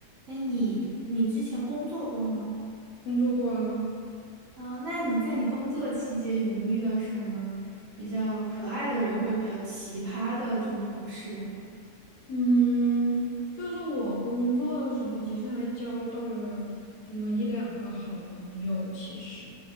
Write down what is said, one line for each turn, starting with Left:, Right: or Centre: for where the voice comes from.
Right: 哎，你你之前工作过吗？
Left: 工作过啊，
Right: 啊、那你在你工作期间有没有遇到什么比较可爱的人或者比较奇葩的这种同事啊？
Left: 嗯，就是我工作的时候，其实还交到了这么一两个好朋友，其实。